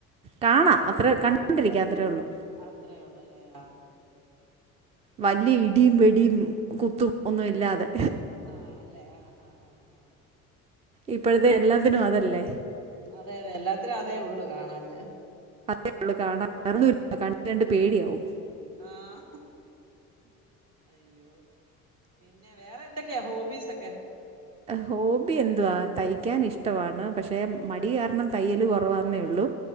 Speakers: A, on the right (about 15°); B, on the right (about 45°).
A: കാണാം അത്രേ കണ്ടൊണ്ടിരിക്ക അത്രേ ഒള്ളൂ
B: അത്രെ ഉള്ളല്ലേ ആ
A: വല്ല്യ ഇടിയും വെടിയും കുത്തും ഒന്നും ഇല്ലാതെ
B: ആണല്ലേ ആഹ് ആഹ് ആഹ് ആഹ്
A: ഇപ്പോഴത്തെ എല്ലാത്തിനും അതല്ലേ
B: അതെ അതെ എല്ലാത്തിനും അതേ ഒള്ളു കാണാന്
A: അതേള്ളൂ കാണാൻ വേറൊന്നുല്ല കണ്ട് കണ്ട് പേടിയാവും
B: ആഹ് അയ്യോ പിന്നെ വേറെ എന്തൊക്കെയാ ഹോബീസ് ഒക്കെ?
A: ഹോബി എന്തുവാ തയ്ക്കാൻ ഇഷ്ടമാണ് പക്ഷെ മടി കാരണം തയ്യല് കൊറവാന്നേ ഒള്ളു